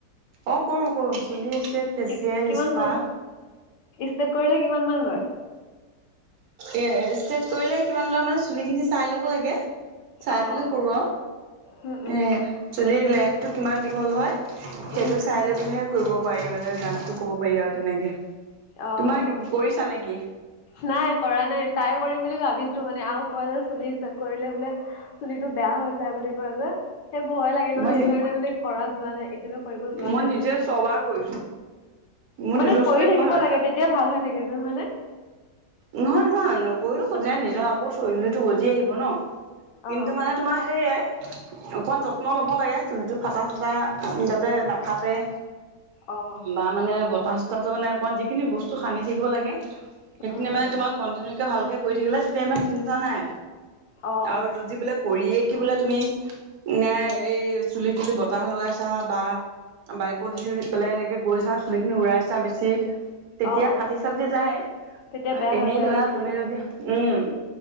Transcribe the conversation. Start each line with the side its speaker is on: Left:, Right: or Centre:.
Right: অ কৰোঁ কৰোঁ, চুলি ষ্ট্ৰেইট, ফেচিয়েল,
Left: কি কিমান
Right: স্পা
Left: মান ষ্টেট কৰিলে কিমান মান লয়?
Right: এ ষ্টেট কৰিলে কিমান লয় মানে চুলি খিনি চাই ল'ব লাগে। চাই
Left: অ',
Right: পেলাই কৰো আৰু,
Left: উম, উম,
Right: এ চুলিৰ লেন্থটো কিমান দীঘল হয়।
Left: উম,
Right: সেইটো চাই লৈ পেলহে কৰিব পাৰি মানে দামতটো কব পাৰি আৰু তেনেকে।
Left: অ
Right: তোমাৰ
Left: অ।
Right: কৰিছা নেকি
Left: নাই কৰা নাই ট্ৰাই কৰিম বুলি ভাবিছো মানে, আৰু কয় যে চলিছে কৰিলে বোলে চুলি টো বেয়া হৈ যায় বুলি কয় যে। সেই ভয় লাগে ন
Right: মই
Left: সেইকাৰণে মানে কৰা যোৱা নাই, এতিয়ালৈ কৰিব যোৱা
Right: মই
Left: নাই। মানে।
Right: নিজে ছবাৰ কৰিছো। মোৰ
Left: মানে
Right: নিজৰ
Left: কৰি
Right: চুলিত
Left: থাকিব
Right: মই
Left: লাগে তেতিয়া ভাল হৈ থাকে যে হয় নে?
Right: নহয় নহয় নকৰিলো <unintelligible> নিজৰ আকৌ চুলিটো গজি আহিব ন,
Left: অ',
Right: কিন্তু মানে তোমাৰ সেয়াই অকমান যত্ন ল'ব লাগে, চুলিটো ফটা-চটা যাতে নাফাটে।
Left: অ',
Right: বা মানে বতাহ-চতাহটো মানে অকমান যিখিনি বস্তু সানি থাকিব লাগে সেইখিনি
Left: উম,
Right: মানে
Left: উম,
Right: তোমাক কণ্টিনিউকে ভালকৈ কৰি থাকিলে তেতিয়া ইমান চিন্তা নাই,
Left: অ',
Right: আৰু যদি বোলে কৰিয়ে কি বোলে তুমি, এ এই চুলি তুলি বতাহ লগাইছা বা বাইকত উঠি পেলাই এনেকৈ গৈছা চুলিখিনি উৰাইছা বেছি তেতিয়া
Left: অ'।
Right: ফাটি চাটি যায়।
Left: তেতিয়া বেয়া
Right: এনেই
Left: হৈ যায়
Right: ধৰা
Left: আৰু চুলিকেইটা।
Right: তুমি যদি উম,